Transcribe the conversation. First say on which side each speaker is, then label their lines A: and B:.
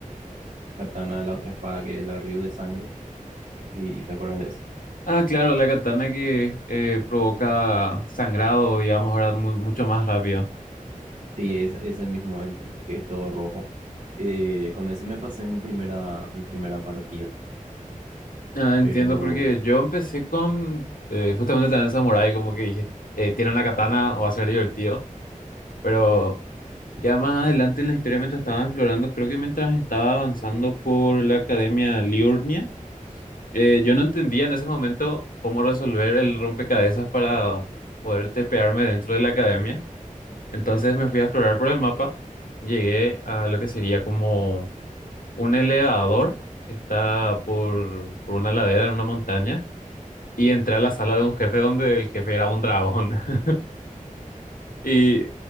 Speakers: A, on the right (about 55°); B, on the left (about 85°).
A: katana, la otra espada que es la Río de Sangre, si te acuerdas de
B: Ah, claro, la katana que eh, provoca sangrado, digamos, ahora mu- mucho más rápido.
A: Sí, es ese mismo, el que es todo rojo. Eh, con ese me pasé mi primera, mi primera partida.
B: Ah, entiendo,
A: Pero.
B: porque yo empecé con eh, justamente también Samurai, como que dije, eh, tiene una katana o va a ser divertido, pero ya más adelante en la historia, mientras estaba explorando, creo que mientras estaba avanzando por la academia Liurnia, Eh, yo no entendía en ese momento cómo resolver el rompecabezas para poder tepearme dentro de la academia. Entonces me fui a explorar por el mapa. Llegué a lo que sería como un elevador que está por, por una ladera en una montaña. Y entré a la sala de un jefe donde el jefe era un dragón. <laughs> Y